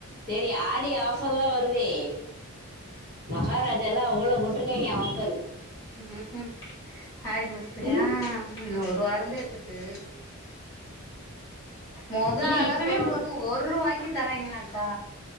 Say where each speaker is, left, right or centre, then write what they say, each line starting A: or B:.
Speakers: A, on the right; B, on the left.
A: செரி ஆடி ஆஃபர்ல்லா வருதே மகாராஜால்லா அவ்ளோ போட்ருக்காய்ங்க ஆஃபரு
B: ம் க்கு ஆரி பஸ் விட்ருக்கா
A: ம்
B: இன்னு ஒரு வாரந்தே இருக்கு மொத
A: இல்ல
B: ஆளா
A: இப்பவே
B: போறவகளுக்கு
A: போட்
B: ஒரு ரூவாய்க்கு தரா ய்ங்களாக்கா